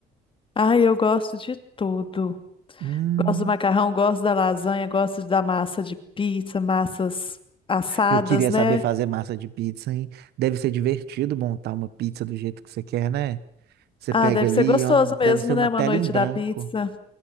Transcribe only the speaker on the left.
Ai, eu gosto de tudo.
Gosto do macarrão, gosto da lasanha, gosto da massa de pizza, massas assadas,
né?
Ah,
deve
ser gostoso
mesmo,
né? Uma
noite
da pizza.